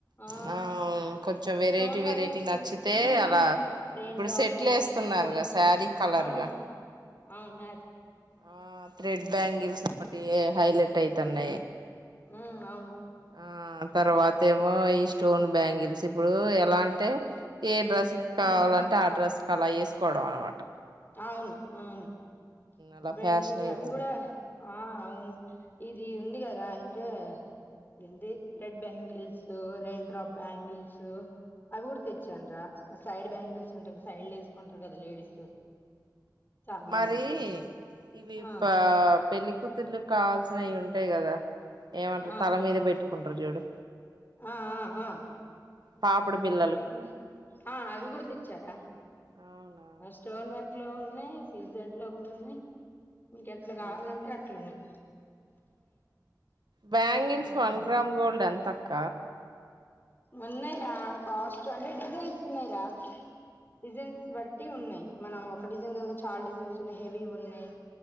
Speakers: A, on the left; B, on the right.
A: ఆ
B: హ్మ కొంచెం వెరైటీ
A: స్టోన్ వర్క్స్
B: వెరైటీ నచ్చితే
A: ఉమ్
B: అలా
A: ఉమ్ రెయిన్
B: ఇప్పుడు
A: డ్రాప్
B: సెట్లు
A: బ్యాంగిల్స్
B: వేస్తున్నారుగా
A: అని కూడా వచ్చినాయి
B: శారీ కలర్గా
A: ఆ అవును మ
B: ఆ థ్రెడ్ బ్యాంగిల్స్ ఒకటి హైలైట్ ఐతన్నై
A: ఉమ్ అవును
B: ఆ తర్వాత ఏమో ఈ స్టోన్ బ్యాంగిల్స్ ఇప్పుడు ఎలా అంటే ఏ డ్రస్కి
A: ఉమ్
B: కావాలంటే ఆ డ్రస్ క అలా వేసుకోవడం అనమాట
A: అవును అవును
B: అలా
A: వెంటి
B: ఫ్యాషన్ అయితుంది
A: అవి కూడా ఆ అవును ఇది ఉంది కదా అంట ఇదింది రెడ్ బ్యాంగిల్స్ రైన్డ్రోప్ బ్యాంగిల్స్ అవి కూడా తెచ్చానరా మరి సైడ్ బ్యాంగిల్స్ ఉంటాయి సైడ్ వేసుకుంటారు కదా లేడీస్ చాలా
B: మరి
A: మంది
B: ఇవి
A: ఆ
B: పా పెళ్లి కూతుర్లు కావాల్సిన అవి ఉంటాయి కదా ఏమంటారు
A: ఆ
B: తల మీద పెట్టుకుంటారు చూడు
A: ఆ ఆ
B: పాపడు బిల్లలు
A: ఏంటి ఆ అవి కూడా తెచ్చారా
B: అవునా
A: స్టోన్ వర్క్ లో ఉన్నాయి సీజడ్ లో కూడా ఉన్నాయి మీక ఎట్లా కావాలంటే
B: ఆ
A: అట్లున్నాయి
B: బ్యాంగిల్స్
A: ఉమ్.
B: వన్ గ్రామ్ గోల్డ్ ఎంత అక్క
A: ఉన్నాయిరా ఆ కాస్ట్ అంటే డిజైన్స్ ఉన్నాయిరా డిజైన్స్ బట్టి ఉన్నాయి మనం ఒక డిజైన్ కి చాలా డిజైన్స్ ఉన్నాయి హెవీ ఉన్నాయి